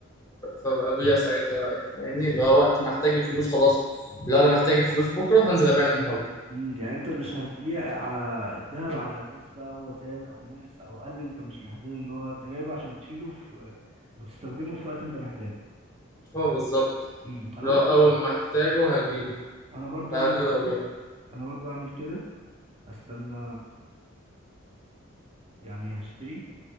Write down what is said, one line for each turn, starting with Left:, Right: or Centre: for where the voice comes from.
Left: فابقى ابيع ساعتها بقى فاهمني اللي هو وقت ما احتاج الفلوس خلاص لو انا محتاج الفلوس بكره هنزل ابيع النهارده
Right: امم يعني انت مش هتبيع على الذهب على اساس بقى هو زاد او نقص او قل انت مش محدد اللي هو انت جايبه عشان تشيله في وتستخدمه في وقت انت محتاجه
Left: هو بالظبط
Right: امم انا
Left: اللي
Right: برضه
Left: هو اول ما احتاجه هجيبه
Right: انا برضه
Left: هاخده
Right: اعمل كده
Left: وابيعه
Right: انا برضه اعمل كده هستنى يعني هشتري